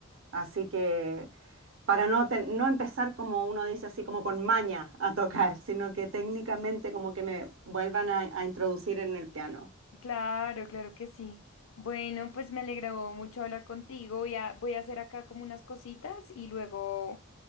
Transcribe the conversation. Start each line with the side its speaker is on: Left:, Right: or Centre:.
Right: Así que, para no, ten- no empezar como uno dice así, como con maña a tocar, sino que técnicamente como que me vuelvan a, a introducir en el piano.
Left: Claro, claro que sí. Bueno, pues me alegró mucho hablar contigo. Voy a, voy a hacer acá como unas cositas y luego,